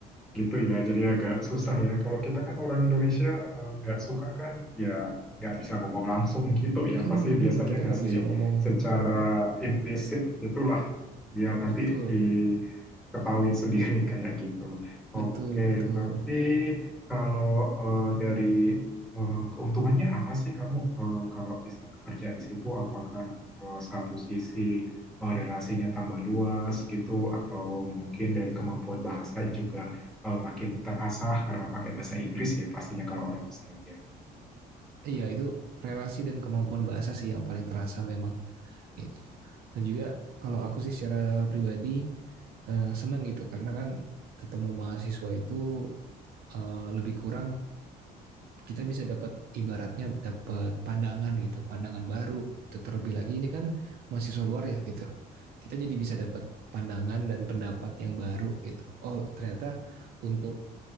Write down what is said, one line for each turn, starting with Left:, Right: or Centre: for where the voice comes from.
Centre: Gitu ya, jadi agak susah ya. Kalau kita kan orang Indonesia eh, nggak suka kan, ya nggak bisa ngomong langsung gitu ya.
Right: Hmm,
Centre: Pasti biasanya
Right: kita
Centre: ngasih
Right: nggak bisa ngomong
Centre: secara implisit gitulah, biar nanti
Right: betul,
Centre: di ketahuin sendiri <laughs> kayak gitu.
Right: betul,
Centre: Oke,
Right: betul.
Centre: tapi kalau eh, dari eh, keuntungannya apa sih kamu eh, kalau bisa kerja di situ? Apakah eh, satu sisi eh, relasinya tambah luas gitu, atau mungkin dari kemampuan bahasa juga eh, makin terasah karena pakai bahasa Inggris ya pastinya kalau orang Australia.
Right: Iya itu relasi dan kemampuan bahasa sih yang paling terasa memang gitu. Dan juga kalau aku sih secara pribadi eh, senang gitu karena kan ketemu mahasiswa itu eh, lebih kurang kita bisa dapat ibaratnya dapat pandangan gitu, pandangan baru gitu. Terlebih lagi ini kan mahasiswa luar ya gitu. Kita jadi bisa dapat pandangan dan pendapat yang baru gitu. Oh, ternyata untuk